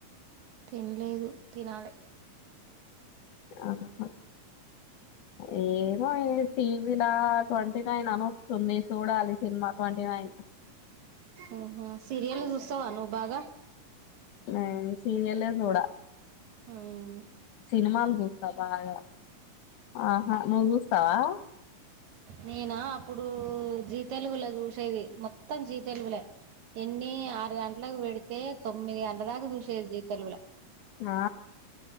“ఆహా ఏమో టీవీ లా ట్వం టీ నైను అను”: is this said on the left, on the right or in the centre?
Left